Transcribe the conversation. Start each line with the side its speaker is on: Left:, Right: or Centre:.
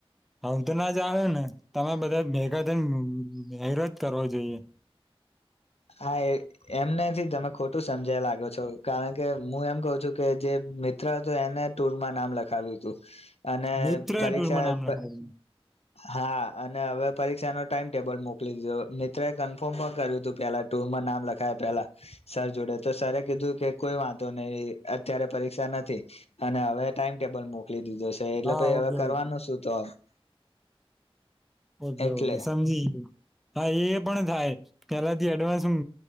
Centre: આવું તો ના ચાલે ને. તમે બધા ભેગા થઈ ને હેરાન કરવા જોઈએ.
Left: આ એમનેથી તમે ખો ટું સમજ્યા લાગો છો કારણ કે હું એમ કહ છું કે જે મિત્ર હતો એને ટુરમાં નામ લખાવ્યું તું. અને
Centre: મિત્ર
Left: પરીક્ષા
Centre: ટુરમાં નામ
Left: એ પ
Centre: લખાય
Left: હા અને હવે પરીક્ષા નો ટાઈમટેબલ મોકલી દીધો મિત્રો એ કન્ફર્મ પણ કર્યું હતું પેલા ટુમાં નામ લખાય પેલા સર જોડે તો સર કીધું કે કોઈ વાંધો નહી અત્યારે પરીક્ષા નથી અને હવે ટાઈમ ટેબલ મોકલી દીધું જોશે એટલે
Centre: હા
Left: પાઈ
Centre: ઓકે
Left: હવે કરવાનું
Centre: ઓકે
Left: શું તો
Centre: ઓકે
Left: એટલે
Centre: ઓકે સમજીી હા એ પણ થાય પેલા થી એડવાન્સ હું